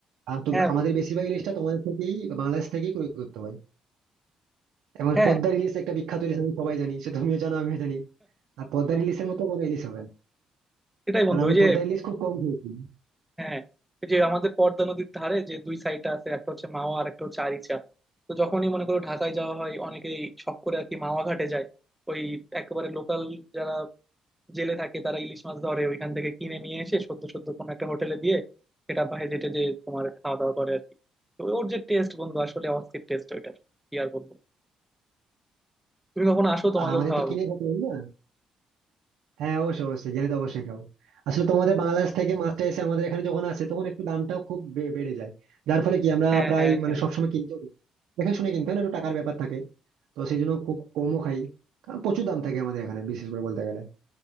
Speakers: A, on the right; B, in the centre.
A: আহ, তো
B: হ্যাঁ
A: আমাদের
B: বন্ধু
A: বেশিরভাগ ইলিশটা তোমাদের থেকেই বাংলাদেশ থেকেই ক্রয় করতে হয় এবং
B: হ্যাঁ
A: পদ্মার ইলিশ একটা বিখ্যাত ইলিশ আমি সবাই জানি সে তুমিও জানো আমিও জানি আর পদ্মার ইলিশের মতো কোনো ইলিশ হবে না
B: সেটাই
A: কারণ
B: বন্ধু
A: আমি
B: ওই যে
A: পদ্মার ইলিশ খুব কম খেয়েছি
B: হ্যাঁ ওই যে আমাদের পদ্মা নদীর ধারে যে দুই সাইডটা আছে একটা হচ্ছে মাওয়া আর একটা হচ্ছে আরিচা তো যখনই মনে করো ঢাকায় যাওয়া হয় অনেকেই শখ করে আর কি মাওয়া ঘাটে যায় ওই একেবারে লোকাল যারা জেলে থাকে তারা ইলিশ মাছ ধরে ওইখান থেকে কিনে নিয়ে এসে সদ্য সদ্য কোনো একটা হোটেলে দিয়ে সেটা বাইরে যেটে যে তোমার খাওয়া দাওয়া করে আর কি তো ওর যে টেস্ট বন্ধু আসলে অস্থির টেস্ট ওইটার কি আর বলবো তুমি কখন আসো তোমাকেও
A: আর আমাদের
B: খাওয়াবো
A: তো কিনে খেতে হবে না হ্যাঁ অবশ্যই অবশ্যই গেলে তো অবশ্যই খাবো আসলে তোমাদের বাংলাদেশ থেকে মাছটা এসে আমাদের এখানে যখন আসে তখন একটু দামটাও খুব বে- বেড়ে যায় যার ফলে কি আমরা
B: হ্যাঁ
A: প্রায়
B: হ্যাঁ
A: মানে
B: হ্যাঁ
A: সবসময় কিনতে পারি দেখে শুনে কিনতে হয় না একটু টাকার ব্যাপার থাকে তো সেই জন্য খুব কমও খাই কারণ প্রচুর দাম থাকে আমাদের এখানে বিশেষ করে বলতে গেলে